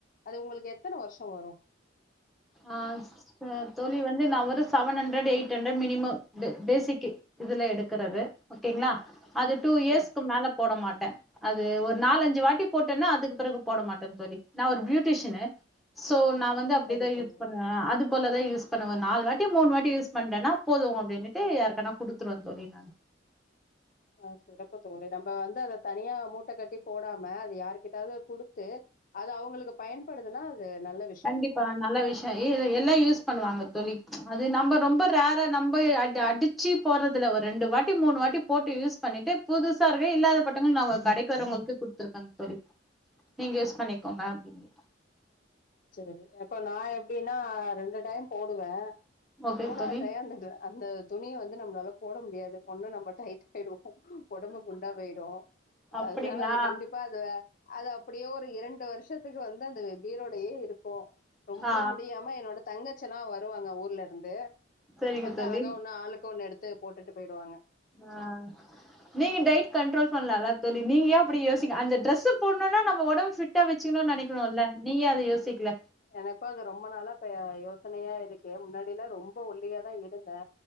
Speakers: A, on the left; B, in the centre.
A: அது உங்ளுக்கு எத்தன வருஷொ வரு
B: அ தோழி வந்து நா வந்து seven hundred eight hundred minimum பேசிக்கு இதுல எடுக்குறது ஓகேங்ளா அது டூ இயர்ஸ்க்கு
A: ஆ
B: மேல போட மாட்டே அது ஒரு நாலஞ்சு வாட்டி போட்டேன்னா அதுக் பெறகு போட மாட்டே தோழி நா ஒரு பியூ டிஷ்னு ஸோ நா வந்து அப்டி
A: சரி
B: தா யூஸ்
A: தோழி
B: பண்ணுவே ஆ அது போலதா யூஸ் பண்ணுவன் நாலு வாட்டி மூணு வாட்டி யூஸ் பண்டேன்னா போது அப்டினுட்டு யாருக்கனா குடு த்துருவே தோழி நானு
A: ஆ சிறப்பு தோழி நம்ப வந்து அதத் தனியா மூட்ட கட்டி போடாம அது யாருகிட்டயாது குடுத்து அது அவுங்களுக்கு பயன்படுதுன்னா அது நல்லது
B: கண்டிப்பா நல்ல விஷ்யோ இய் எல்லா யூஸ் பண்ணுவாங்க தோழி அது நம்ப ரொம்ப ரேரா நம்ப அடி அடிச் வச்சிப் போறதுல ஒரு ரெண்டு வாட்டி மூணு வாட்டி போட்டு யூஸ் பண்ணிட்டு புதுசா இருக்கு இல்லாதபட்டவங்களுக் நாங்க கடைக்கு வரவங்களுக்கு குடுத்துருக்கன் தோழி நீங்க யூஸ் பண்ணிக்கோங்க
A: ம்
B: அப்டின் இட்டு
A: சரி இப்ப நா எப்டின்னா ரெண்டு டைம் போடுவே
B: ஓகே
A: மூணாது
B: தோழி
A: டயோ <unintelligible> அந்த துணிய வந்து நம் மளால போட முடியாது ஒண்ணு நம்ம டைட் ஆயிடுவோ ஒடம்பு குண்டாப் போயிடு
B: அப்படிங்களா
A: அதனால அதக் கண்டிப்பா அது அத அப்டியே ஒரு இரண்டு வருஷத்துக்கு வந்து அந்த பீரோலையே இருக்கு ரொம்ப
B: ஆ
A: முடியாம என்னோட தங்கச்சல்லா வருவாங்க ஊர்ல இருந்து
B: சரிங்க
A: வந்து
B: தோழி
A: அழகா ஒண்ணு ஆளுக்கு ஒண்ணு எடுத்து போட்டுட்டு போயிடுவாங்க
B: ஆ நீங்க டயட் கண்ட்ரோல் பண்ணலால்ல தோழி நீங்க ஏ அப்டி யோசிக்க அந்த டிரெஸ் போட்ணுன்னா நம்ம ஒடம்பு ஃபிட் பிட்டா வச்சுக்கணுன்னு நெனைக்குணுல்ல நீங்க ஏ அத யோசிக்ல
A: எனக்கு அது ரொம்ப நாளா இப்ப யோசனையா இருக்கு முன்னாடியில்லா ரொம்ப ஒல்லியாத்தா இருந்தே